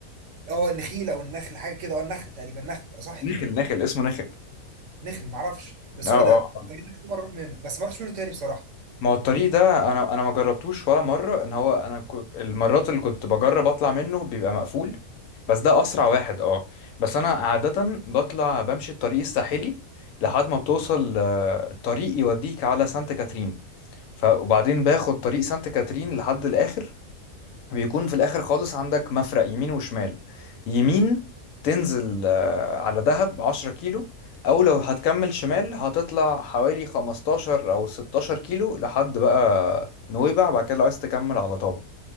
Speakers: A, on the right (about 65°); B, on the left (about 70°).
A: اه النخيل او النخل حاجه كده اه النخل تقريبا نخل اه صح
B: نخل
A: كده
B: نخل اسمه نخل
A: نخل معرفش بس
B: اه اه
A: هو ده
B: آه.
A: الطريق ده كل مره اروح منه بس ما اروحش منه تاني بصراحه
B: ما هو الطريق ده انا انا ما جربتوش ولا مرة ان هو انا ك... المرات اللي كنت بجرب اطلع منه بيبقى مقفول بس ده اسرع واحد اه بس انا عادة بطلع بمشي الطريق الساحلي لحد ما بتوصل آه، الطريق يوديك على سانت كاترين ف... وبعدين باخد طريق سانت كاترين لحد الاخر بيكون في الاخر خالص عندك مفرق يمين وشمال يمين تنزل آه، على دهب 10 كيلو او لو هتكمل شمال هتطلع حوالي 15 او 16 كيلو لحد بقى نويبع بعد كده لو عايز تكمل على طابة